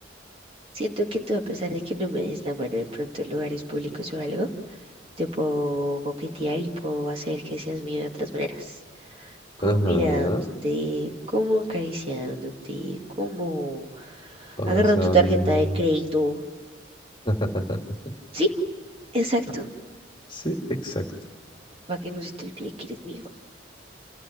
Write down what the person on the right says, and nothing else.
Siento que tú, a pesar de que no me des la mano de pronto en lugares públicos o algo, te puedo coquetear y puedo hacer que seas mío de otras maneras. Como
mirándote, como acariciándote, como
agarrando tu tarjeta de crédito.
Sí, exacto.
Para que no se te olvide que eres mío.